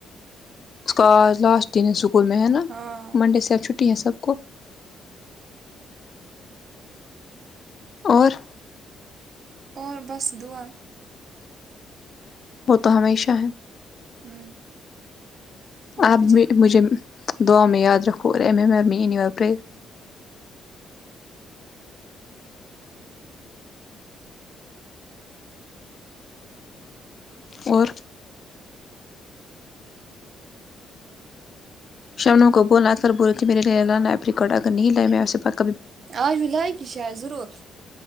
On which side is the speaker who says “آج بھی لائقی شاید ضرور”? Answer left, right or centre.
Right